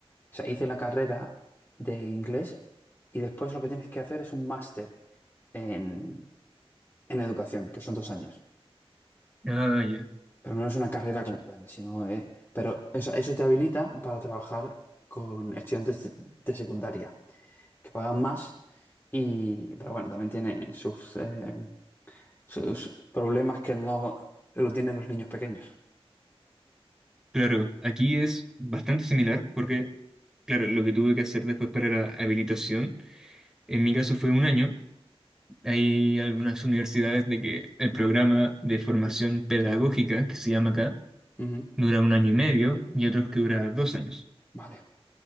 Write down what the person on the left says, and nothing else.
O sea, hice la carrera de inglés y después lo que tienes que hacer es un máster en, en educación, que son dos años.
Pero no es una carrera como tal, sino... eh, pero eso, eso te habilita para trabajar con estudiantes de, de secundaria, que pagan más, y, pero bueno, también tiene sus, eh, sus problemas que no lo tienen los niños pequeños.
Ujú,
Vale,